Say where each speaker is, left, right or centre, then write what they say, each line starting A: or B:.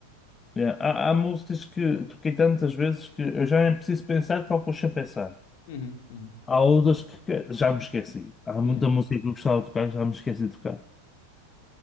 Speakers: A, on the left; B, on the left.
A: É, Há, há músicas que toquei tantas vezes que eu já nem preciso pensar, toco sem pensar.
B: Uhum, uhum.
A: Há outras que que- já me esqueci. Há
B: Yeah,
A: muita música que eu gostava de tocar e já me esqueci de tocar.